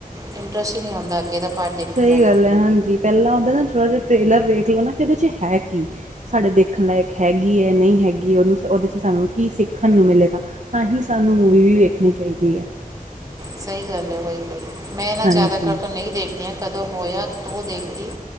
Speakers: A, on the right; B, on the right.
A: ਇੰਨਟਰਸਟ ਹੀ ਨਹੀਂ ਹੁੰਦਾ ਅੱਗੇ ਤਾਂ ਪਾਰਟੀ ਦੇਖਣ
B: ਸਹੀ
A: ਦਾ
B: ਗੱਲ ਹੈ ਹਾਂਜੀ ਪੈਲਾਂ ਤਾਂ ਓਦਾ ਥੋੜਾ ਜਿਹਾ ਟ੍ਰੇਲਰ ਵੇਖ ਲਓ ਨਾ ਕਿ ਉਹਦੇ ਚ ਹੈ ਕੀ ਸਾਡੇ ਦੇਖਣ ਲਾਇਕ ਹੈਗੀ ਹੈ ਨਹੀਂ ਹੈਗੀ ਉਹਨੂੰ ਸ ਉਹਦੇ 'ਚ ਸਾਨੂੰ ਕੀ ਸਿੱਖਣ ਨੂੰ ਮਿਲੇਗਾ ਤਾਂ ਹੀ ਸਾਨੂੰ ਮੂਵੀ ਵੀ ਵੇਖਣੀ ਚਾਈਦੀ ਹੈ
A: ਸਹੀ ਗੱਲ ਹੈ ਵਹੀ ਬਾਈ ਮੈਂ ਨਾ
B: ਹਾਂਜੀ
A: ਜ਼ਿਆਦਾਤਰ ਤੋਂ ਨਹੀਂ ਦੇਖਦੀਆਂ ਕਦੋਂ ਹੋਇਆ ਤੂੰ ਦੇਖਦੀ